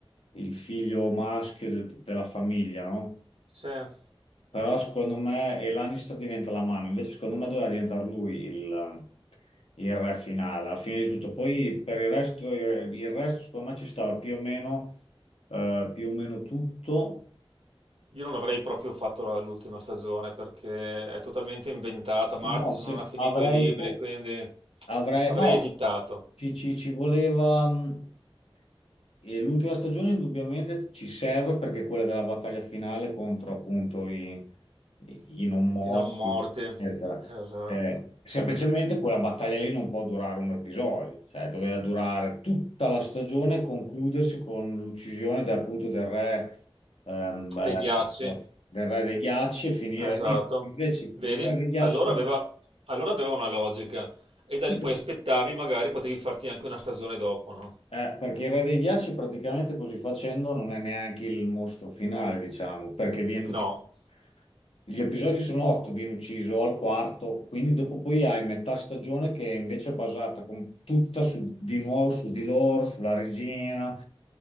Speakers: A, on the left; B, on the right.
A: il figlio maschio de- della famiglia, no?
B: Sì. Io
A: Però secondo me e Lannister diventa la mano, invece secondo me doveva diventare lui il, il re finale, alla fine di tutto. Poi per il resto, il, il resto secondo me ci stava più o meno, eh, più o meno tutto.
B: non avrei proprio fatto la- l'ultima stagione perché è totalmente inventata. Martis
A: No, se
B: non ha finito
A: avrei,
B: i libri, e quindi
A: Avrei,
B: avrei
A: no,
B: evitato
A: ci, ci- ci voleva. mh, e l'ultima stagione indubbiamente ci serve perché è quella della battaglia finale contro appunto i, i- i non morti,
B: i non morti.
A: eccetera.
B: Esatto.
A: Eh, semplicemente quella battaglia lì non può durare un episodio, cioè doveva durare tutta la stagione e concludersi con l'uccisione de- appunto del re, ehm, eh,
B: Dei ghiacci.
A: del re dei ghiacci e finire
B: Esatto.
A: lì. Invece
B: Vedi?
A: il re dei ghiacci
B: Allora aveva,
A: non-
B: allora aveva una logica. E da lì
A: eh.
B: poi aspettavi, magari potevi farti anche una stagione dopo, no?
A: Eh, perché il re dei ghiacci praticamente così facendo non è neanche il mostro finale, diciamo, perché viene
B: No.
A: ucciso. Gli episodi sono otto, viene ucciso al quarto, quindi dopo poi hai metà stagione che è invece è basata con- tutta su- di nuovo su di loro, sulla regina,